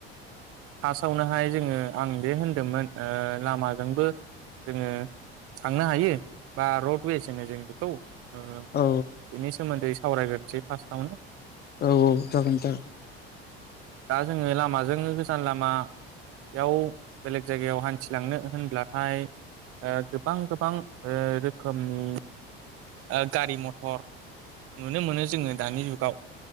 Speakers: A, on the right; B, on the left.
A: फासावनोहाय जोङो आं बे होनदोंमोन ओ लामाजोंबो जोङो थांनो हायो बा रडवेसो होनो जों बेखौ। ओ
B: औ
A: बिनि सोमोन्दै सावरायग्रोनोसै फास्टआवनो
B: औ औ जागोन दा
A: दा जोङो लामाजोंनो गोजान लामा बेयाव बेलेग जायगायाव हान्थिलांनो होनब्लाथाय ओ गोबां गोबां ओ रोखोमनि ओ गारि मथर नुनो मोनो जोङो दानि जुगाव